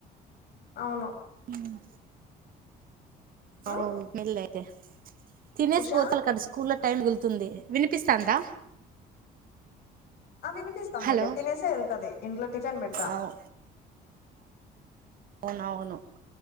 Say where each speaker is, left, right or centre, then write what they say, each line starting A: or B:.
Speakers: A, on the left; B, on the right.
A: అవును
B: ఉమ్మ్
A: ఉమ్
B: ఆవ్ మెల్ అయితే తినేసి
A: ఉషా
B: బోతల్ క స్కూల్ క్ స్కూలో టైం వెళ్తుంది వినిపిస్తాందా
A: ఆ వినిపిస్తాందిలే
B: హలో
A: తినేసే వెళ్తది ఇంట్లో టిఫిన్ పెడతా
B: అవు అవును అవును